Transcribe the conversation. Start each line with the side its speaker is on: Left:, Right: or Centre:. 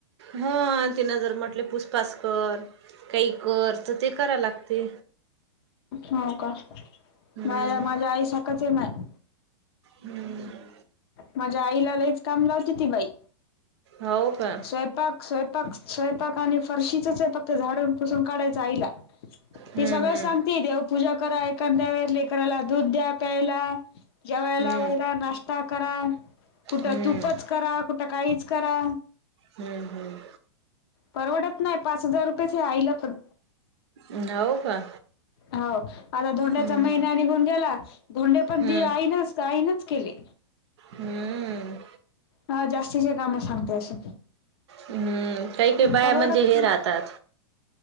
Right: हा तिनं जर म्हटले पुष्पाचकर काही कर तर ते कराय लागते
Left: हो का
Right: हम्म
Left: नाही माझ्या आई साराखाच आहे नाही
Right: हम्
Left: माझ्या आईला लईच काम लावते ती बाई
Right: हो का
Left: स्वयंपाक स्वयपाक स्वयपाक आणि फरशीच फक्त झाडसून पूसून काढायच आईला
Right: हम्म
Left: ते सगळं सांगते देव पूजा करा एखाद्या वेळेस लेकराला दूध द्या प्यायला जेवायला
Right: हम्म
Left: वयला नाश्ता नाष्टा करा कुठं
Right: हम्म
Left: तूपच करा कुठं काहीच करा
Right: हम्म हम्म
Left: परवडत नाही पाच हजार रुपयेच आईला पण
Right: हो का
Left: हो आता धोंड्याचा
Right: हम्म
Left: महिना निघून गेला. धोंडे पण
Right: हम्म
Left: ती आई नच आईनच केले.
Right: हम्म
Left: हा जास्तीचे काम सांगते असे
Right: हम्म काही काही बाया
Left: परवडत
Right: म्हणजे हे
Left: नाही.
Right: राहतात